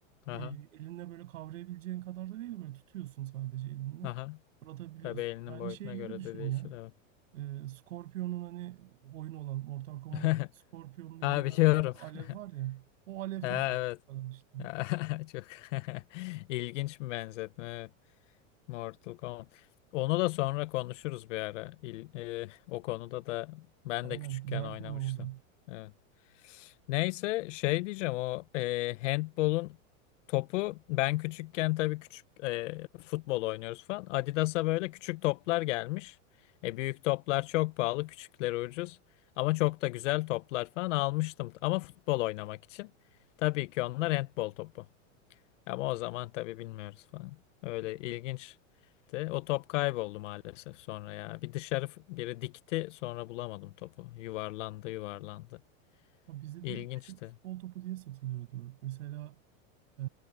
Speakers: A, on the right; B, on the left.
A: e,
B: Aha.
A: elinle böyle kavrayabileceğin kadar da değil böyle tutuyorsun sadece elinle
B: Aha.
A: fırlatabiliyorsun.
B: Tabii elinin
A: Yani
B: boyutuna
A: şey gibi
B: göre
A: düşün
B: de değişir
A: ya.
B: evet.
A: E, Scorpion'un hani oyun olan Mortal Kombat'taki
B: <laughs>
A: Scorpion'un elinden
B: Ha biliyorum.
A: böyle attığı alev
B: <laughs>
A: var ya. O alev topu
B: Ha, evet.
A: kadar işte.
B: <laughs> Çok <laughs> ilginç bir benzetme. Evet. Mortal Kombat. Onu da sonra konuşuruz bir ara. İl- e, o konuda da ben
A: Aynen
B: de küçükken
A: güzel
B: oynamıştım.
A: konu o da.
B: Evet. Neyse şey diyeceğim o e, handbolun topu ben küçükken tabii küçük e, futbol oynuyoruz falan. Adidas'a böyle küçük toplar gelmiş. E, büyük toplar çok pahalı, küçükleri ucuz. Ama çok da güzel toplar falan almıştım. Ama futbol oynamak için. Tabii ki onlar handbol topu. Ama o zaman tabii bilmiyoruz falan. Öyle ilginçti. O top kayboldu maalesef sonra ya. Bir dışarı f- biri dikti sonra bulamadım topu. Yuvarlandı yuvarlandı.
A: Ya Bizde direkt
B: İlginçti.
A: küçük futbol topu diye satılıyordu. Mesela e,